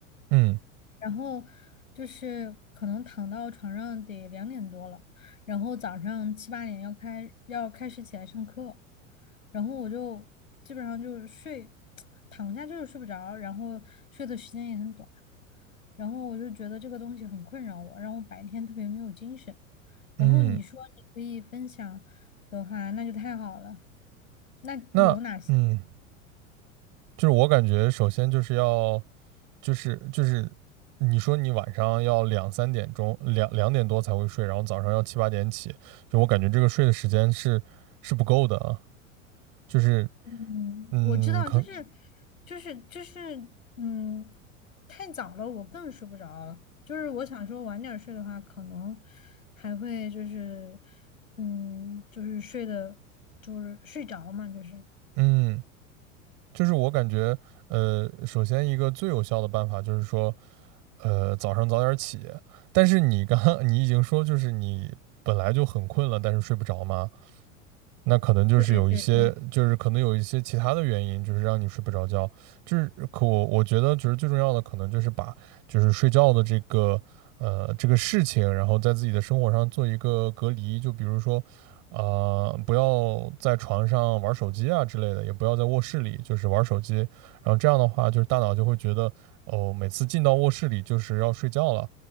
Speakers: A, on the right (about 50°); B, on the left (about 80°).
A: 嗯
B: 然后就是可能躺到床上得两点多了，然后早上七八点要开要开始起来上课，然后我就基本上就是睡，<tsk> 躺下就是睡不着，然后睡的时间也很短，然后我就觉得这个东西很困扰我，让我白天特别没有精神。然后你说你可以分享的话，
A: 嗯，
B: 那就太好了。那有哪些？
A: 那嗯。就是我感觉，首先就是要，就是就是你说你晚上要两三点钟，两两点多才会睡，然后早上要七八点起，就我感觉这个睡的时间是是不够的啊。就是
B: 嗯，
A: 嗯，
B: 我知道，
A: 可
B: 就是就是就是，嗯，太早了，我更睡不着了。就是我想说晚点儿睡的话，可能还会就是，嗯，就是睡的，就是睡着嘛，就是。
A: 嗯，就是我感觉，呃，首先一个最有效的办法就是说，呃，早上早点起。但是你刚 <laughs> 你已经说，就是你本来就很困了，但是睡不着吗？那可能就是有一些，
B: 对对对。
A: 就是可能有一些其他的原因，就是让你睡不着觉。就是可我我觉得，就是最重要的，可能就是把就是睡觉的这个呃这个事情，然后在自己的生活上做一个隔离。就比如说，啊、不要在床上玩手机啊之类的，也不要在卧室里就是玩手机。然后这样的话，就是大脑就会觉得，哦，每次进到卧室里就是要睡觉了。